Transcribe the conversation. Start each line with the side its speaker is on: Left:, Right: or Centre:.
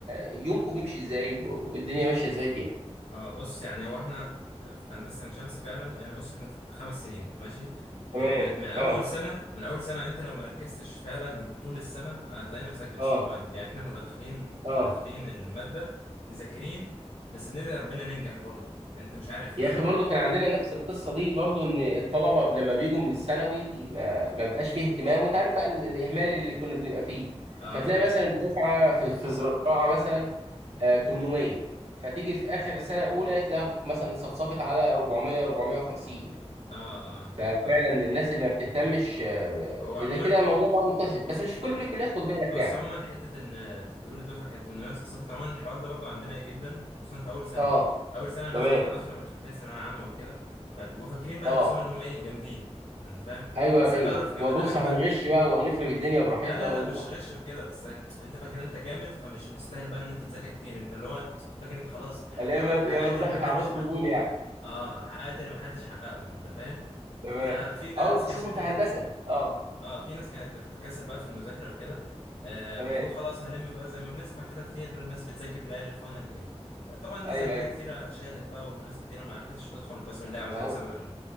Right: يومكم بيمشي ازاي و- والدنيا ماشيه ازاي فيها
Left: اه بص يعني هو احنا في هندسه عين شمس فعلا يعني بص احنا خمس سنين ماشي
Right: تمام
Left: آه، من من اول
Right: اه
Left: سنه من اول سنه انت لو مركزتش فعلا طول السنه هتلاقي نفسك بتشيل
Right: اه
Left: مواد يعني احنا بنبقى داخلين
Right: اه
Left: داخلين الماده مذاكرين بس بندعي ربنا ننجح برضو يعني انت مش عارف
Right: يا
Left: شكل
Right: اخي برضو
Left: امتحان
Right: كان عندنا نفس القصه دي برضو ان الطلبه لما بيجوا من الثانوي ما ما بقاش فيه اهتمام وانت عارف بقى ال- الاهمال اللي كنا بنبقى فيه
Left: اه
Right: فتلاقي مثلا
Left: اه
Right: الدفعه في, في زراعه مثلا آه، 800 فتيجي في اخر سنه اولى تلاقي مثلا صفصفت على 400 450
Left: اه اه
Right: ففعلا
Left: اه
Right: الناس اللي ما بتهتمش آه،
Left: هو
Right: فده
Left: عموما
Right: كده موضوع بقى منتشر بس مش في كل
Left: اه،
Right: الكليات خد بالك
Left: بص
Right: يعني
Left: عموما حته ان انت بتقول الدفعه كانت 800 صفت عموما الحوار ده برضو عندنا جدا خصوصا في اول سنه
Right: اه
Left: اول سنه الناس
Right: تمام
Left: بتبقى داخله من خلفيه ثانويه عامه وكده فبيبقوا فاكرين بقى
Right: اه
Left: نفسهم ان هم ايه جامدين انت فاهم
Right: ايوه
Left: بس
Right: ايوه
Left: بتعرف كمدانك
Right: وبص هنغش
Left: ده
Right: بقى وهنخرب الدنيا براحتنا
Left: لا لا
Right: و...
Left: لا مش غش وكده بس انت فاكر ان انت جامد فمش مستاهل بقى ان انت تذاكر كتير انت اللي هو فاكر انت خلاص حقق-
Right: اليابا
Left: حققت
Right: يابا دقت
Left: اللي محدش
Right: على الراس طبول
Left: حقق
Right: يعني
Left: اه حققت اللي محدش حققه انت فاهم
Right: تمام
Left: ففي بقى
Right: اه
Left: ناس
Right: وخصوصا
Left: كانت
Right: في هندسه اه
Left: اه في ناس كانت بتتكاسل بقى في المذاكره وكده آه
Right: تمام
Left: بتقول خلاص هلم بقى زي ما بنسمع كده كتير الناس بتذاكر ليالي الفاينل وكده آه، طبعا الناس
Right: ايوه
Left: زي كده
Right: ايوه
Left: كتيره شالت بقى والناس كتيره ما عرفتش تدخل القسم اللي هي عاوزاه
Right: ما هو
Left: بسبب